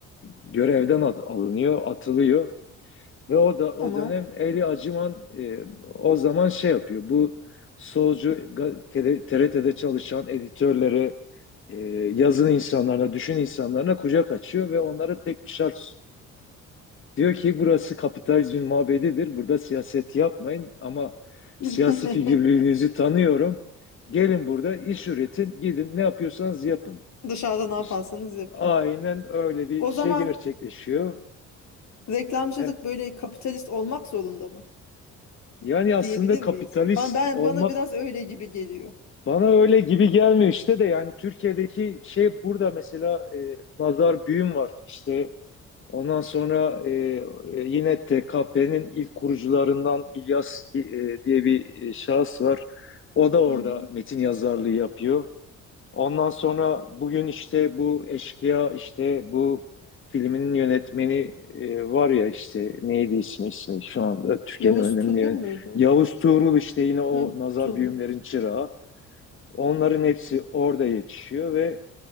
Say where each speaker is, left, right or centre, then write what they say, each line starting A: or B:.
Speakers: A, on the left; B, on the left.
A: görevden al- alınıyor, atılıyor ve o da
B: Tamam.
A: o dönem Eli Acıman e, o zaman şey yapıyor. Bu solcu ga- tele- TRT'de çalışan editörlere, e, yazın insanlarına, düşün insanlarına kucak açıyor ve onlara tek bir şart sunuyor. Diyor ki burası kapitalizmin mabedidir. Burada siyaset yapmayın ama
B: <laughs>
A: siyasi figürlüğünüzü tanıyorum. Gelin burada iş üretin, gidin ne yapıyorsanız yapın.
B: Dışarıda ne yaparsanız
A: İşte
B: yapın.
A: aynen öyle bir
B: O
A: şey
B: zaman
A: gerçekleşiyor.
B: reklamcılık
A: E,
B: böyle kapitalist olmak zorunda mı
A: Yani aslında
B: diyebilir
A: kapitalist
B: miyiz? Ben, ben
A: olmak
B: bana biraz öyle gibi geliyor.
A: bana öyle gibi gelmiyor işte de yani Türkiye'deki şey burada mesela e, Nazar Büyüm var işte ondan sonra e, e, yine TKP'nin ilk kurucularından İlyas e, diye bir e, şahıs var. O da orada
B: Hı hı.
A: metin yazarlığı yapıyor. Ondan sonra bugün işte bu eşkıya işte bu filminin yönetmeni e, var ya işte neydi ismi ismi şu anda Türkiye'nin
B: Yavuz
A: önemli
B: Turgul
A: yön
B: muydu?
A: Yavuz Tuğrul işte yine o
B: Hı,
A: nazar
B: Turgul.
A: büyümlerin çırağı. Onların hepsi orada yetişiyor ve